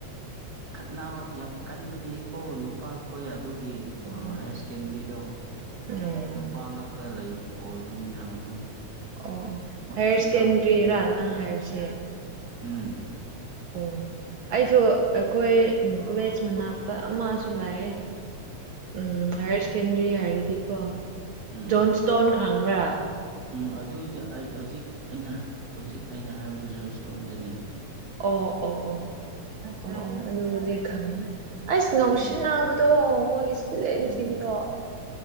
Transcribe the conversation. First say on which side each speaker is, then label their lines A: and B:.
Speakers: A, on the right; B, on the right.
A: ꯈꯠꯅꯕ ꯌꯥꯝ ꯀꯟꯕꯅꯦꯀꯣ ꯅꯨꯄꯥꯈꯣꯏ ꯑꯗꯨꯒꯤ
B: ꯎꯝ
A: ꯍꯥꯌꯔ ꯁꯦꯀꯦꯟꯗꯔꯤꯗꯣ꯫
B: ꯑꯣ
A: ꯅꯨꯄꯥ ꯉꯥꯛꯇ ꯂꯩꯕ ꯑꯣꯏꯕꯅꯤꯅ ꯑꯗꯨꯝ꯫
B: ꯑꯣ ꯍꯥꯏꯌꯔ
A: ꯈꯠꯅꯕꯁꯦ
B: ꯁꯦꯀꯦꯟꯗꯔꯤꯔꯥ
A: ꯌꯥꯝ ꯊꯣꯛꯒꯅꯤ
B: ꯅꯪ ꯍꯥꯏꯕꯁꯦ꯫
A: ꯎꯝ
B: ꯑꯣ꯫ ꯑꯩꯖꯨ ꯑꯩꯈꯣꯏ ꯀꯣꯂꯦꯖ ꯃꯅꯥꯛꯇ ꯑꯃꯥꯖꯨ ꯂꯧꯌꯦ꯫ ꯎꯝ ꯍꯥꯌꯔ ꯁꯦꯀꯦꯟꯗꯔꯤ ꯍꯥꯏꯔꯗꯤꯀꯣ
A: ꯎꯝ
B: ꯖꯣꯟ ꯊꯣꯟ ꯈꯥꯡꯕ꯭ꯔꯥ꯫
A: ꯎꯝ ꯑꯗꯨꯏꯗ ꯑꯩ ꯍꯧꯖꯤꯛ ꯑꯩꯅ ꯍꯧꯖꯤꯛ ꯑꯩꯅ ꯍꯥꯏꯕꯗꯨ ꯖꯣꯟꯁꯊꯣꯟꯗꯨꯅꯤ꯫
B: ꯑꯣ ꯑꯣ ꯑꯣ <unintelligible> ꯑꯗꯨꯕꯨꯗꯤ ꯈꯪꯉꯦ ꯑꯩꯁ ꯉꯥꯎꯁꯤꯟꯅꯥꯕꯗꯤ꯫
A: ꯎꯝ
B: ꯇꯣ ꯃꯣꯏ ꯏꯁꯇꯨꯗꯦꯟꯁꯤꯡꯗꯣ꯫
A: ꯎꯝ